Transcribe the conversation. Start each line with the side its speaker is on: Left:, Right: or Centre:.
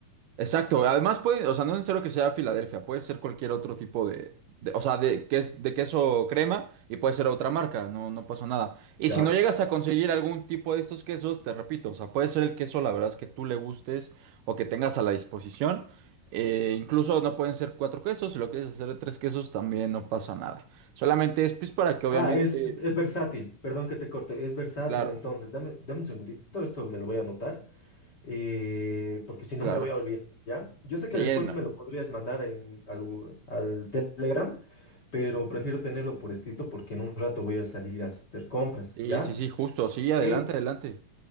Right: Exacto, además puede, o sea, no es necesario que sea Filadelfia, puede ser cualquier otro tipo de, de- o sea, de, ques- de queso crema y puede ser otra marca, no, no pasa nada. Y
Left: ¿ya?
Right: si no llegas a conseguir algún tipo de estos quesos, te repito, o sea, puede ser el queso, la verdad es que tú le gustes o que tengas a la disposición. Eh, incluso no pueden ser cuatro quesos, si lo quieres hacer de tres quesos también no pasa nada. Solamente es pues para que obviamente,
Left: Ah, es, es versátil, perdón que te corte, es versátil
Right: claro,
Left: entonces. Dame, dame un segundito, esto me lo voy a anotar, eh, porque si
Right: claro,
Left: no me voy a olvidar, ¿ya? Yo sé que
Right: sí,
Left: después
Right: no,
Left: me lo podrías mandar en, al, u- al Telegram, pero prefiero tenerlo por escrito porque en un rato voy a salir a hacer compras,
Right: sí,
Left: ¿ya?
Right: sí, sí, justo, sí, adelante,
Left: que
Right: adelante.